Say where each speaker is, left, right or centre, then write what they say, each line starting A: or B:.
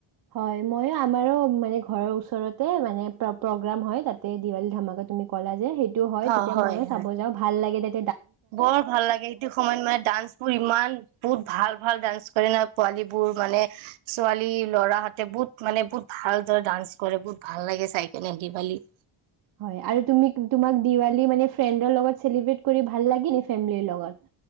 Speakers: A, on the right; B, on the right.
A: হয় মই আমাৰো মানে ঘৰৰ ওচৰতে মানে প্ৰগ্ৰাম হয় তাতে দিৱালী ধমাকা তুমি ক'লা যে সেই হয়
B: অ
A: তেতিয়া ময়ো চাব
B: হয়
A: যাওঁ ভাল লাগে তে
B: বৰ ভাল লাগে সেইটো সময়ত মানে ডান্স বোৰ ইমান বহুত ভাল ভাল ডান্স পোৱালী বোৰ মানে ছোৱালী লৰাহঁতে বহুত মানে বহুত ভালদৰে ডান্স কৰে বহুত ভাল লাগে চাই কেনে‌ দিৱালী
A: হয় আৰু তুমি তোমাক দিৱালী মানে ফ্ৰেণ্ডৰ লগত চেলিব্ৰেট কৰি ভাল লাগে ন ফেমিলিৰ লগত?